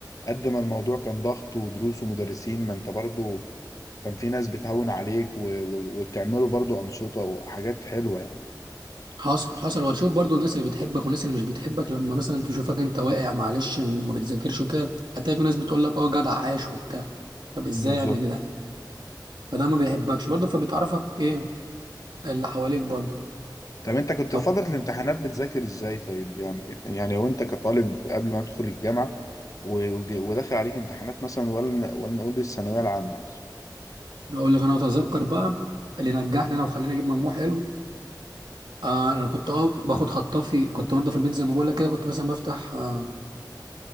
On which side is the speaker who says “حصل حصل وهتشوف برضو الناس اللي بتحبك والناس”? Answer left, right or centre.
Right